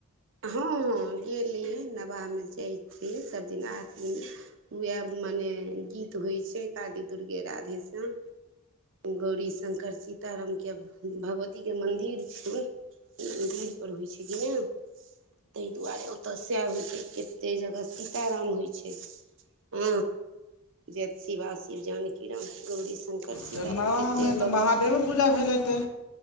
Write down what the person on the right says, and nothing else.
हँ हँ। गेली रहिये नबाह मे जाइ छिए सभ दिन आरती मे उएह मने गीत होइ छै काली दुर्गे राधे श्याम गौरी शंकर सीताराम के भगवती के मन्दिर छ। दीर पर होइ छै कि ना ताहि दुआरे ओतय सएह होइ छै कतेक जगह सीताराम होइ छै, ह जेत शिवा शिव जानकी राम गौरी शंकर कर छी
कारण
कते
दग